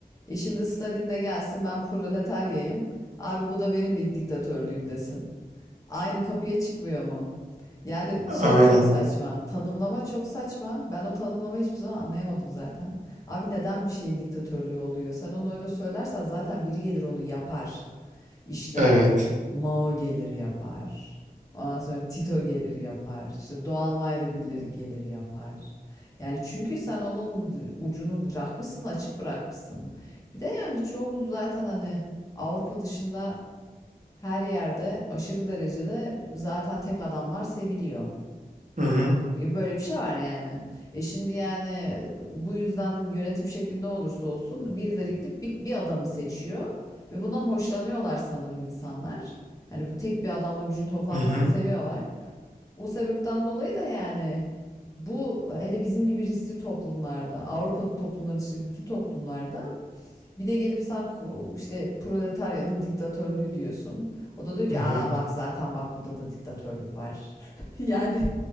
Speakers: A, on the left; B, on the right.
A: E şimdi Stalin de gelsin ben proletaryayım. Abi bu da benim bir diktatörlüğüm desin. Aynı kapıya çıkmıyor mu? Yani
B: Aynen.
A: şey çok saçma. Tanımlama çok saçma. Ben o tanımlamayı hiçbir zaman anlayamadım zaten. Abi neden bir şeyin diktatörlüğü oluyor? Sen onu öyle söylersen zaten biri gelir onu yapar. İşte
B: Evet.
A: Mao gelir yapar. Ondan sonra Tito gelir yapar. İşte Doğu Almanya'da birileri gelir yapar. Yani çünkü sen onun ucunu bırakmışsın, açık bırakmışsın. Bir de yani çoğumuz zaten hani Avrupa dışında her yerde aşırı derecede zaten tek adamlar seviliyor.
B: Hı hı
A: E, Böyle bir şey var yani. E şimdi yani bu yüzden yönetim şeklinde olursa olsun birileri gidip bir, bir adamı seçiyor ve bundan hoşlanıyorlar sanırım insanlar. Hani bu tek bir adamla gücün toplanmasını
B: hı hı.
A: seviyorlar. O sebepten dolayı da yani bu hele bizim gibi riskli toplumlarda, Avrupa toplumları dışındaki bütün toplumlarda bir de gelip sen ku- işte proletaryanın diktatörlüğü diyorsun. O da diyor ki
B: hı hı.
A: aa bak zaten bak burada da diktatörlük var. <laughs> Yani